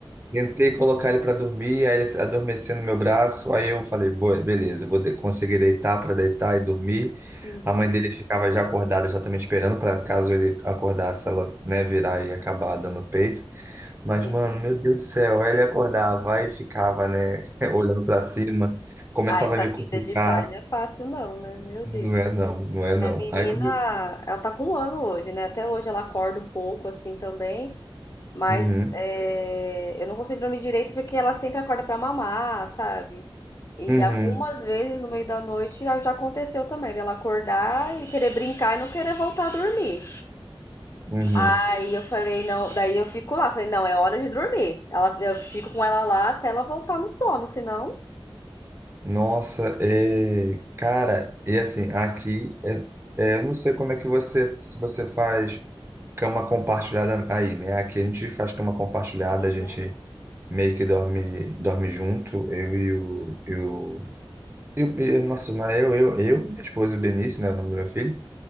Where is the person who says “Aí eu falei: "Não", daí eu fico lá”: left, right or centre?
Left